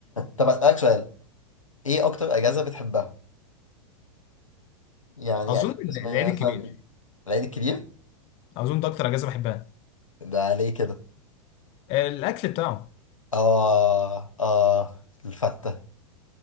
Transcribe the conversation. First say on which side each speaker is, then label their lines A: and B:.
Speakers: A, on the left (about 85°); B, on the left (about 35°).
A: طب اسألك سؤال ايه اكتر اجازة بتحبها يعني
B: اظن
A: اجازة
B: ال-
A: رسمية
B: العيد
A: مثلا
B: الكبير
A: العيد الكبير
B: اظن ده اكتر اجازه بحبها
A: ده ليه كده
B: الاكل بتاعه
A: اه اه الفتة